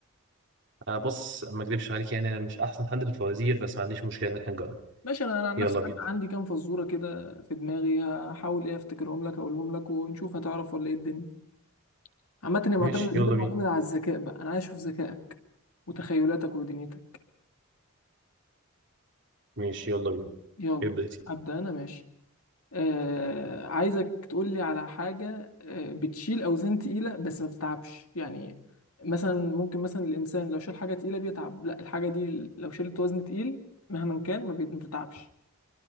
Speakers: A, on the right; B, on the left.
A: آه بص ما اكذبش عليك يعني انا مش احسن حد في الفوازير بس ما عنديش مشكله ان احنا نجرب
B: ماشي انا أنا عن
A: يلا
B: نفسي
A: بينا
B: عن- عندي كام فزورة كده في دماغي هحاول ايه افتكرهم لك اقولهم لك ونشوف هتعرف ولا ايه الدنيا عامة هي معتمدة
A: ماشي
B: دي
A: يلا
B: بقى معتمدة
A: بينا
B: على الذكاء بقى انا عايز اشوف ذكائك وتخيلاتك ودنيتك
A: ماشي يلا بينا
B: يلا
A: ابدا يلا
B: ابدأ انا ماشي آه عايزك تقول لي على حاجة آه بتشيل أوزان تقيلة بس ما بتتعبش يعني مثلا ممكن مثلا الإنسان لو شال حاجة تقيلة بيتعب لا الحاجة دي لو شلت وزن تقيل مهما كان ما بي- ما بتتعبش